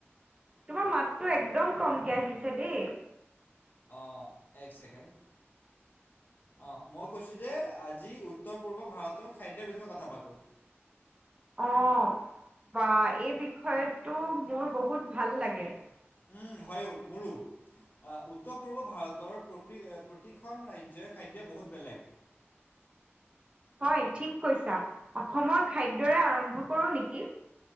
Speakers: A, on the right; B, on the left.
A: তোমাৰ মাতটো একদম কমকে আহিছে দে।
B: অ এক ছেকেণ্ড অ মই কৈছোঁ যে আজি উত্তৰ পূৰ্ব ভাৰতৰ খাদ্যৰ বিষয়ে কথা পাতোঁ,
A: অ বা এই বিষয়তটো মোৰ বহুত ভাল লাগে।
B: উম হয় মোৰো উত্তৰ পূৰ্ব ভাৰতৰ প্ৰকৃ অ প্ৰ প্ৰতিখন ৰাজ্যই খাদ্য বহুত বেলেগ
A: হয় ঠিক কৈছা অসমৰ খাদ্যৰে আৰম্ভ কৰোঁ নেকি?